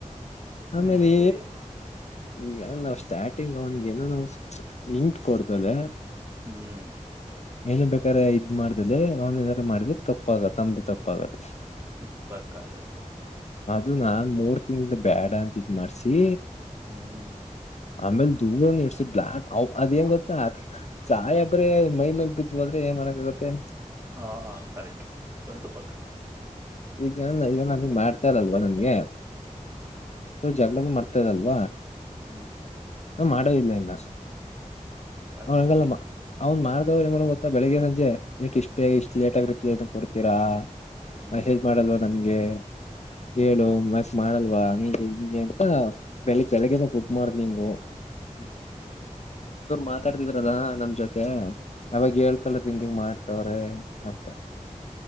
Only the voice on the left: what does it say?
ಆಮೇಲೆ
ಈಗ ನಾವ್ ಸ್ಟಾರ್ಟಿಂಗ್ ಅವನ್ಗೇನೋ ನಾವ್ ಇಂಟ್ ಕೊಡ್ದಲೇ
ಏನು ಬೇಕಾದಾರೆ ಇದ್ ಮಾಡ್ದಲ್ಲಿ ಅವ್ನ್ ಏನಾದಾರು ಮಾಡಿದ್ರ ತಪ್ಪಾಗ ತಮ್ದೆ ತಪ್ಪಾಗದು
ಅದು ನಾ ಮೂರ್ ತಿಂಗಳಿಂದ ಬೇಡ ಅಂತ ಇದ್ ಮಾಡ್ಸಿ
ಆಮೇಲೆ ದೂರ ಇರ್ಸಿ ಬ್ಲಾಕ್ ಅದೇಂಗ ಗೊ ಸಾಯಿಬ್ರೆ ಮೈ ಮೇಲ್ ಬಿದ್ದ ಹೋದ್ರೆ ಏನ್ ಮಾಡಕಾಗತ್ತೆ
ಈಗ ಏಂದ ಈಗ ನನಗ್ ಮಾಡ್ತಾರಲ್ವಾ ನನ್ಗೆ
ಜಗಳ ಮಾಡ್ತಾರಾ ಅಲ್ಪ
ಹ ಮಾಡ ಇಲ್ಲ ಇನ್ನ
ಅವನ ಅಂಗಲ್ಲ ಅವನು ಮಾಡ್ದಹೋದ್ರೆ ಏನ್ ಮಾಡೋನ್ ಗೊತ್ತಾ ಬೆಳಿಗ್ ಸಂಜೆ ಯಾಕ್ ಇಷ್ಟ ಬೇ ಇಷ್ಟ್ ಲೇಟಾಗಿ ರಿಪ್ಲೈ ಕೊಡ್ತೀರಾ
ಮೆಸೇಜ್ ಮಾಡಲ್ವ ನಮ್ಗೆ ಹೇಳು ಮತ್ತೆ ಮಾಡಲ್ವ ಹ ನಿಮಗೆ ಅಂತ ಬೆಳಿಗ್ ಬೆಳಗ್ಗೆನ ಗುಡ್ ಮಾರ್ನಿಂಗ್
ಮಾತಾಡ್ತಿದ್ರದ ನಮ್ ಜೊತೆ ಯಾವಾಗ ಹೇಳ್ಕಲ್ ಹಂಗಿಂಗ ಮಾಡ್ತವ್ರೆ ಅಷ್ಟೇ